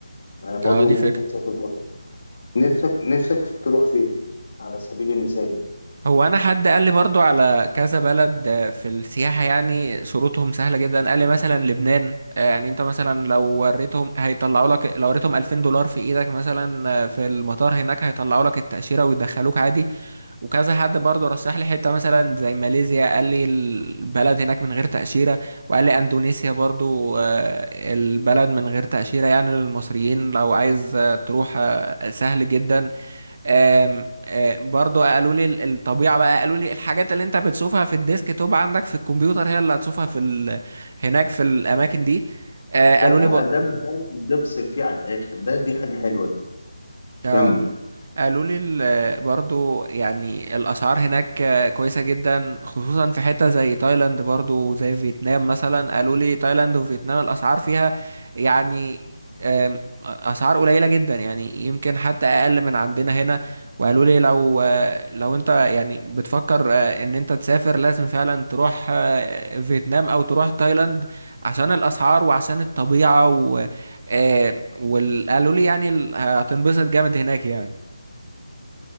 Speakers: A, on the left; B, on the right.
A: يعني برضه
B: اه دي
A: ممكن
B: فكرة
A: تسافر بره نفسك نفسك في تروح فين على سبيل المثال
B: هو انا حد قال لي برضو على كذا بلد آه، في السياحة يعني شروطهم سهلة جدا قال لي مثلا لبنان آه، يعني انت مثلا لو وريتهم هيطلعوا لك لو وريتهم 2000 دولار في ايدك مثلا آه، في المطار هناك هيطلعوا لك التأشيرة ويدخلوك عادي وكذا حد برضه رشح لي حته مثلا زي ماليزيا قال لي البلد هناك من غير تأشيرة وقال لي اندونيسيا برضه آه، البلد من غير تأشيرة يعني للمصريين لو عايز آه، تروح آه، سهل جدا آم، آه، برضو قالوا لي ال- الطبيعة بقى قالوا لي الحاجات اللي انت بتشوفها في الديسك توب عندك في الكمبيوتر هي اللي هتشوفها في ال... هناك في الأماكن دي آه،
A: ده
B: قالوا
A: بقى
B: لي بر...
A: ده مكان تفصل فيه على الآخر ده دي حاجة حلوة دي
B: اه
A: كمل
B: قالوا لي ال- برضو يعني الأسعار هناك كويسة جدا خصوصا في حتة زي تايلاند برضو زي فيتنام مثلا قالوا لي تايلاند وفيتنام الأسعار فيها يعني أم، أسعار قليلة جدا يعني يمكن حتى أقل من عندنا هنا وقالوا لي لو لو أنت يعني بتفكر آه، إن أنت تسافر لازم فعلا تروح آه، فيتنام أو تروح تايلاند عشان الأسعار وعشان الطبيعة و آه، وال- قالوا لي يعني ال- هتنبسط جامد هناك يعني